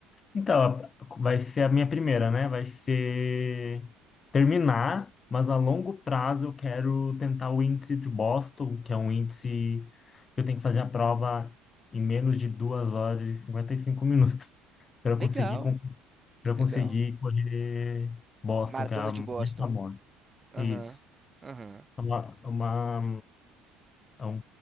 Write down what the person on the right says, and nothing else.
Legal,
legal.
Maratona
de
Boston.
Aham,
aham.